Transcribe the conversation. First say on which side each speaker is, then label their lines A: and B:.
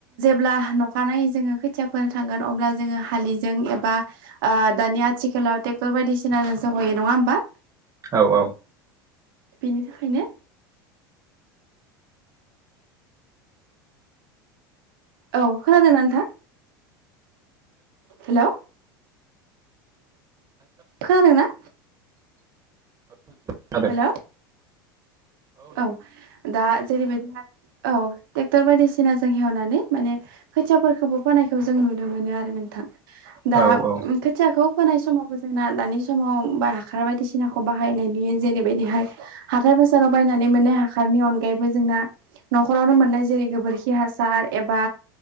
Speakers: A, on the right; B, on the right.
A: ब्ला अखानायै जोङो खोथिया फोनो थांगोन अब्ला जोङो हालिजों एबा दानि आथिखाल थिलार ट्रेक्टर बायदिसिनाजोंसो हयो नङा होमबा?
B: औ-औ।
A: बेनि थाखायनो औ खोनादोंना नोंथां? हेल' खोनादोंना?
B: खोनादों
A: हेल' औ दा जेरैबायदि औ ट्रेक्टर बायदिसिना जों हेवनानै माने खोथियाफोरखौबो बोनायखौ जों नुनो मोनो आरो नोंथां दा
B: औ औ
A: खोथियाखौ फोनाय समावबो जोंना दानि समाव बा हाखार बायदिसिनाखौ बाहायनायनि जेरैबायदिहाय हाथाय बाजाराव बायनानै मोननाय हाखारनि अनगायैबो जोंना न'खरावनो मोननाय जेरै गोबोरखि हासार एबा